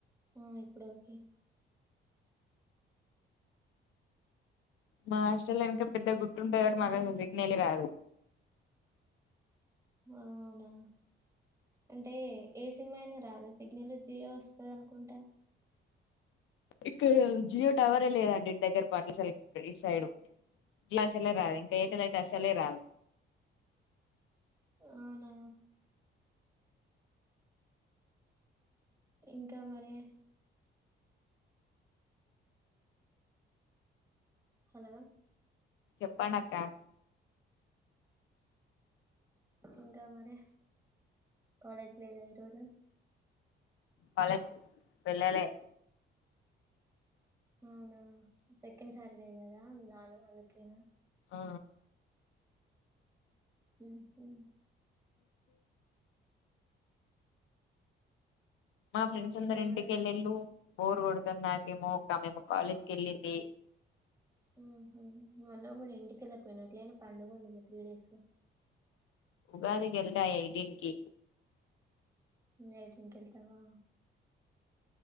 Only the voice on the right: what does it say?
ఆ ఇప్పుడు ఓకే
ఇంకా
ఆ అవునా అంటే ఏ సిమ్ అయినా రాదా సిగ్నలు జియో వస్తది అనుకుంటా
అవునా ఇంకా మరే హలో
ఇంకా మరి కాలేజ్ లేదా ఈరోజు
అవునా సెకండ్ సాట్ సాటర్డే కదా నేన్ రాను అందుకేనా
మ్మ్హ్
ఇంకా
మరి
మ్మహు మొన్న కూడా ఇంటికెలకపోయినవ ఎట్లైన పండుగ ఉంది కదా త్రీ డేస్ ల
ఏయిటీన్కెళ్తావా